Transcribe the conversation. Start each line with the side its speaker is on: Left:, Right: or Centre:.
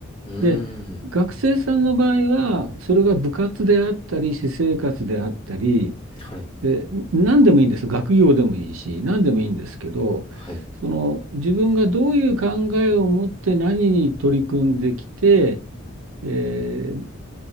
Left: うーん。
Right: で、学生さんの場合は、それが部活であったり、私生活であったり、
Left: はい。
Right: で、何でもいいんです。学業でもいいし、何でもいいんですけど、
Left: はい。
Right: その自分がどういう考えを持って何に取り組んできて、えー